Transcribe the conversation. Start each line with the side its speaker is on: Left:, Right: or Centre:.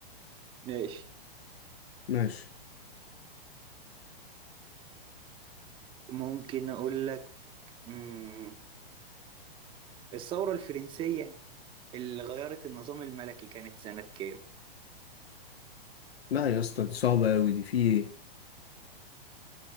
Right: ماشي
Left: ماشي
Right: ممكن أقول لك مم. الثورة الفرنسية اللي غيرت النظام الملكي كانت سنة كام؟
Left: لا يا اسطى دي صعبة اوي دي في ايه